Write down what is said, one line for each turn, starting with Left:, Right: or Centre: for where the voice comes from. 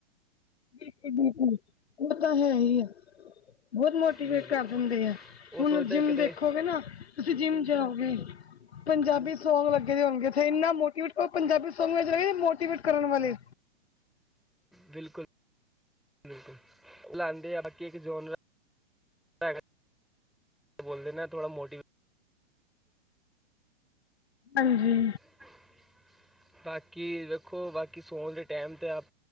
Left: ਬਿਲਕੁਲ-ਬਿਲਕੁਲ ਉਹ ਤਾਂ ਹੈ ਹੀ ਆ। ਬਹੁਤ ਮੋਟੀਵੇਟ
Centre: ਜੀ ਜੀ
Left: ਕਰ ਦਿੰਦੇ ਆ,
Centre: ਉਹ
Left: ਹੁਣ
Centre: ਸੋਚਦਾ
Left: ਜਿੰਮ
Centre: ਹੈ ਕਿਤੇ
Left: ਦੇਖੋਗੇ ਨਾ ਤੁਸੀਂ ਜਿੰਮ ਜਾਓਗੇ ਪੰਜਾਬੀ ਸੌਂਗ ਲੱਗੇ ਦੇ ਹੋਣਗੇ ਇੱਥੇ ਇੰਨਾ ਮੋ <unintelligible> ਪੰਜਾਬੀ ਸੌਂਗ ਵੇ ਜਿਹੜੇ ਨੇ ਮੋਟੀਵੇਟ ਕਰਨ ਵਾਲੇ।
Centre: ਬਿਲਕੁਲ-ਬਿਲਕੁਲ ਉਹ ਲਉਂਦੇ ਆ ਬਾਕੀ ਇੱਕ ਜਨ ਹੈਗਾ ਬੋਲਦੇ ਨਾ ਥੋੜ੍ਹਾ ਮੋਟੀਵ
Left: ਹਾਂਜੀ
Centre: <unintelligible> ਬਾਕੀ ਦੇੇਖੋ ਬਾਕੀ ਸੌਉਣ ਦੇ ਟੈਮ ਤੇ ਆਪ